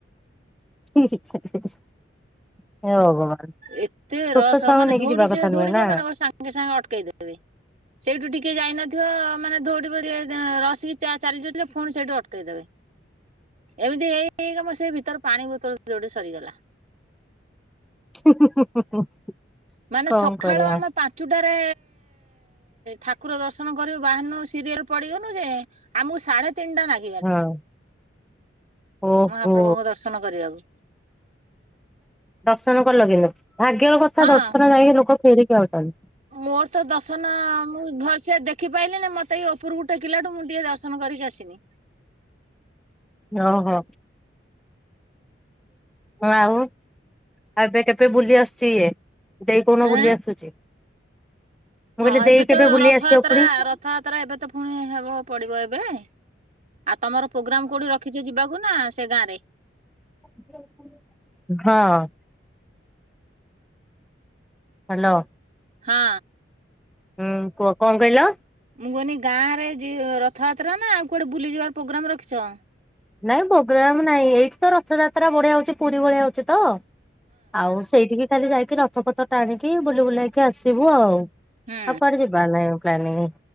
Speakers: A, in the centre; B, on the right.
A: <inaudible> ଭଗବାନ
B: ଏତେ
A: ଛୋଟ
B: ରସ
A: ଛୁଆଙ୍କୁ
B: ମାନେ
A: ନେଇକି
B: ଧଉଡିଯିବେ
A: ଯିବା କଥା
B: ଧଉଡିଯିବେ
A: ନୁହେଁ ନା।
B: ମାନଙ୍କ ସା ଙ୍ଗେ ସାଙ୍ଗେ ଅଟକେଇଦବେ ସେଇଠୁ ଟିକେ ଯାଇନଥିବ ମାନେ ଧଉଡ଼ି ବେ ରସିକି ଚାଲି ଯାଉଥିଲେ ପୁଣି ସେଇଠି ଅଟକେଇ ଦେବେ ଏମିତି ହେଇ ହେଇକା ମୋ ସେଇ ଭିତରେ ପାଣି ବୋତଲ ଦୋଟେ ସରିଗଲା
A: <inaudible>
B: ମାନେ
A: କଣ
B: ସକାଳ
A: କରିବା
B: ଆମେ ପାଞ୍ଚୁଟାରେ ଠାକୁର ଦର୍ଶନ କରିବୁ ବାହାନୁ ସିରିଏଲ ପଡ଼ିବନୁ ଯେ ଆମକୁ ସାଢେତିନିଟା ନାଗେ।
A: ହଁ ଓହୋ।
B: ମହାପ୍ରଭୁଙ୍କ ଦର୍ଶନ କରିବାକୁ
A: ଦର୍ଶନ କଲ ଲଗେଇବ। ଭାଗ୍ୟର କଥା
B: ହଁ
A: ଦର୍ଶନ ଯାଇକି ଲୋକ ଫେରିକି ଆଉଚନ୍ତି।
B: ମୋର ତ ଦଶନ ମୁଁ ଭଲସେ ଦେଖି ପାଇଲିି ମତେ ଏଇ ଉପରକୁ ଟେକିଲାଠୁ ମୁଁ ଟିକେ ଦର୍ଶନ କରିକି ଆସିନି।
A: ଓହୋ। ଆଉ ଆ ଏବେ କେବେ ବୁଲି ଆସୁଛି ଇଏ। ଦେଇ କଣ
B: ଏଁ
A: ବୁଲି ଆସୁଛି। ମୁଁ
B: ହଁ
A: କହିଲି ଦେଇ
B: ଏବେ ତ
A: କେବେ ବୁଲି
B: ରଥଯାତ୍ରା
A: ଆସିବ ପୁଣି
B: ର
A: ହଁ
B: ରଥଯାତ୍ରା ଏବେ ତ ପୁଣି ହେବ ପଡିବ ଏବେ ଆଉ ତମର ପ୍ରୋଗ୍ରାମ କୋଉଠି ର କିଛି ଯିବାକୁ ନା ସେ ଗାଁ ରେ
A: ହଁ। ହ୍ୟାଲୋ।
B: ହଁ।
A: ହୁଁ କୁହ କଅଁ କହିଲ?
B: ମୁଁ କଇନି ଗାଁରେ ରଥଯାତ୍ରା ନା ଆଉ କୁଆଡେ ବୁଲିଯିବାର ପ୍ରୋଗ୍ରାାମ ରଖିଛ?
A: ନାଇଁ ପୋଗ୍ରାମନାଇଁ ଏଇଠି ତ ରଥଯାତ୍ରା ବଢିଆ ହଉଛି ପୁରୀ ଭଳିଆ ହଉଛି ତ ଆଉ ସେଇଠିକି ଖାଲି ଯାଇକି ରଥପତ୍ର ଟା ଆଣିକି ବୁଲି ବୁଲେଇକି ଆସିବୁ ଆଉ। ଆଉ
B: ହୁଁ
A: କୁ ଆଡେ ଯିବାର ନାଇ ପ୍ଲାନିଂ।